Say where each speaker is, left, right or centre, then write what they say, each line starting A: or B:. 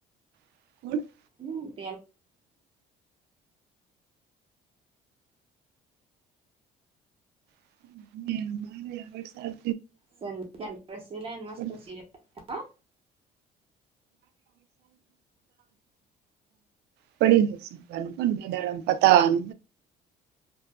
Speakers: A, on the right (about 80°); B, on the right (about 35°).
A: <inaudible>
B: હું <unintelligible>
A: <unintelligible> વરસાદ
B: સંધ્યા ડ્રેસ સિલાય ને મસ્ત
A: <unintelligible>
B: સીવે હા
A: પડી જશે <unintelligible> કોન બે દાડા મ.